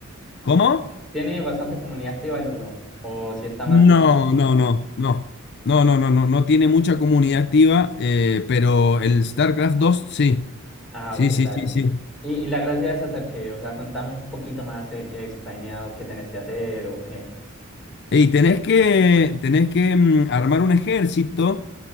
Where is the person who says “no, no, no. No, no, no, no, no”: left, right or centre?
Left